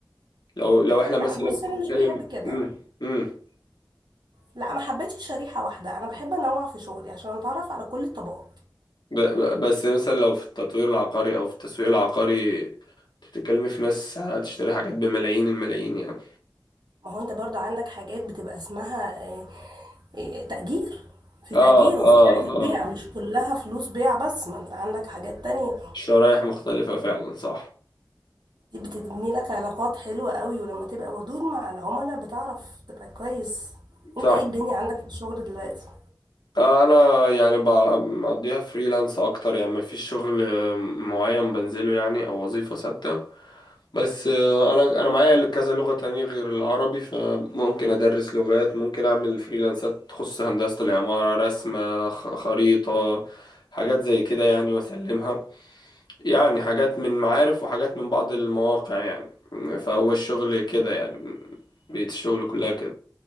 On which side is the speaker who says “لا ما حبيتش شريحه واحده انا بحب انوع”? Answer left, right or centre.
Right